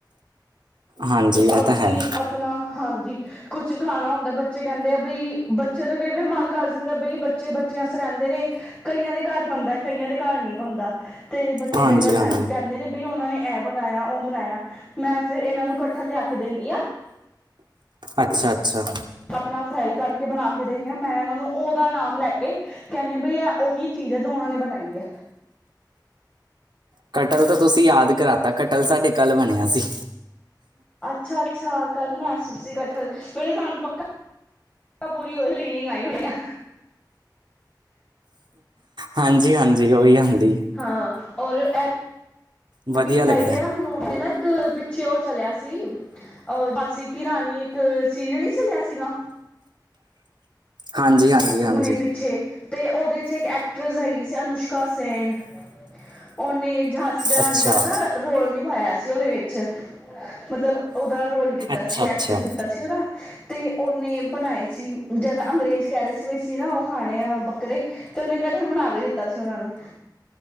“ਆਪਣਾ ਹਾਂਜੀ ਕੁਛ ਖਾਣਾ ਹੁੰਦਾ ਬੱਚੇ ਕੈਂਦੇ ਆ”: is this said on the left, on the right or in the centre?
Left